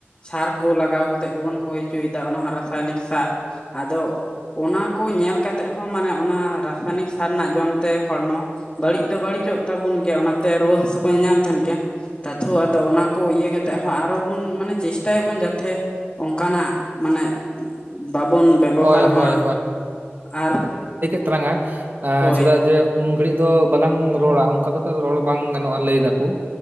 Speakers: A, on the left; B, on the right.
A: ᱥᱟᱨ ᱠᱚ ᱞᱟᱜᱟᱣ ᱠᱟᱛᱮᱫ ᱜᱮᱵᱚᱱ ᱦᱩᱭ ᱦᱚᱪᱚᱭ ᱮᱫᱟ ᱚᱱᱟ ᱦᱚᱸ ᱨᱟᱥᱟᱭᱚᱱᱤᱠ ᱥᱟᱨ ᱟᱫᱚ ᱚᱱᱟ ᱠᱚ ᱧᱮᱞ ᱠᱟᱛᱮᱜ ᱦᱚᱸ ᱢᱟᱱᱮ ᱚᱱᱟ ᱨᱟᱥᱟᱭᱱᱤᱠ ᱥᱟᱨ ᱨᱮᱱᱟᱜ ᱡᱚᱢ ᱛᱮ ᱦᱚᱲᱢᱚ ᱵᱟᱹᱲᱤᱡ ᱫᱚ ᱵᱟᱹᱲᱤᱡᱼᱚᱜ ᱛᱟᱵᱚᱱ ᱜᱮᱭᱟ ᱚᱱᱟᱛᱮ ᱨᱩᱣᱟᱹ ᱦᱟᱹᱥᱩ ᱠᱚ ᱧᱮᱧᱟᱢ ᱛᱟᱦᱮᱸᱱ ᱜᱮᱭᱟ ᱛᱟᱛᱷᱚ ᱟᱫᱚ ᱚᱱᱟ ᱠᱚ ᱤᱭᱟᱹ ᱠᱟᱛᱮ ᱟᱨᱚ ᱵᱚᱱ ᱢᱟᱱᱮ ᱪᱮᱥᱴᱟᱭ ᱟᱵᱚᱱ ᱡᱟᱛᱮ ᱚᱱᱠᱟᱱᱼᱟᱜ ᱢᱟᱱᱮ ᱵᱟᱵᱚᱱ ᱵᱮᱵᱚᱦᱟᱨ
B: ᱦᱳᱭ, ᱦᱳᱭ,
A: ᱢᱟ ᱟᱨ
B: <unintelligible> ᱪᱮᱫᱽ
A: ᱦᱳᱭ
B: -ᱟ ᱡᱮ ᱩᱱ ᱜᱷᱟᱹᱲᱤᱡ ᱫᱚ ᱵᱟᱞᱟᱝ ᱨᱚᱲᱟ ᱚᱱᱠᱟ ᱠᱟᱛᱮᱜ ᱨᱚᱲ ᱵᱟᱝ ᱜᱟᱱᱚᱜᱼᱟ ᱞᱟᱹᱭ ᱫᱟᱠᱚ